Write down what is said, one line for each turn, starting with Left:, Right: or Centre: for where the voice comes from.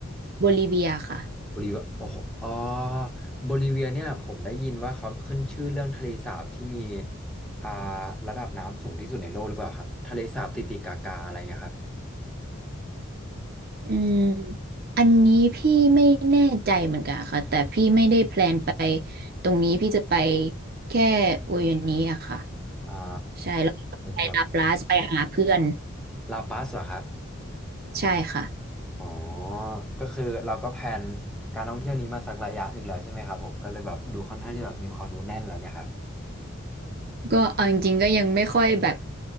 Right: โบลิเวียค่ะ
Centre: โบลิเวียโอ้โหอ๋อโบลิเวียเนี่ยผมได้ยินว่าเขาขึ้นชื่อเรื่องทะเลสาบที่มีอ่าระดับน้ำสูงที่สุดในโลกหรือเปล่าครับทะเลสาบติติกากาอะไรเงี้ยครับ
Right: อืมอันนี้พี่ไม่แน่ใจเหมือนกันค่ะแต่พี่ไม่ได้แพลนไปตรงนี้พี่จะไปแค่อุโยนิอะค่ะ
Centre: อ่า
Right: ใช่แล้วก็ไปลาปลาสไปหาเพื่อน
Centre: นี่ครับลาปัสเหรอครับ
Right: ใช่ค่ะ
Centre: อ๋อก็คือเราก็แพลนการท่องเที่ยวนี้มาสักระยะหนึ่งแล้วใช่ไหมครับผมก็เลยแบบดูค่อนข้างที่แบบมีความรู้แน่นแล้วเนี่ยครับ
Right: ก็เอาจริงๆก็ยังไม่ค่อยแบบ